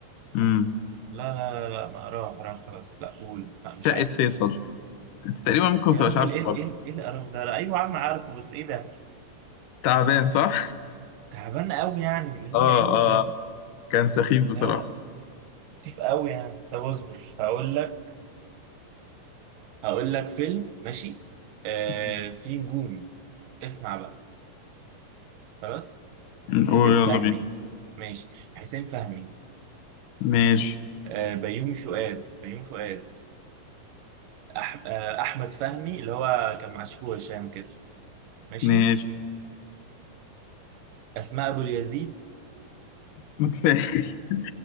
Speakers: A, on the left (about 70°); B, on the right (about 75°).
A: امم
B: لا لا لا لا ما راح راح خلاص لا قول لا مش
A: شقة
B: عارف
A: فيصل انت تقريبا ممكن ما
B: يا
A: تبقاش
B: راجل
A: عارفه
B: ايه
A: برضه
B: ال- ايه ال- ايه القرف ده لا، ايوه يا عم عارفه بس ايه ده
A: تعبان صح؟
B: تعبان قوي يعني اللي هو
A: اه
B: ايه ده
A: اه كان سخيف بصراحة
B: لا لا خفيف قوي يعني طب اصبر هقول لك هقول لك فيلم ماشي آه
A: مم.
B: في نجوم اسمع بقى خلاص حسين
A: ويلا
B: فهمي
A: بينا
B: ماشي حسين فهمي
A: ماشي
B: آه، بيومي فؤاد بيومي فؤاد أح... آه، احمد فهمي اللي هو كان مع شيكو وهشام كده ماشي
A: ماشي
B: اسماء ابو اليزيد
A: ما كفاية <laughs>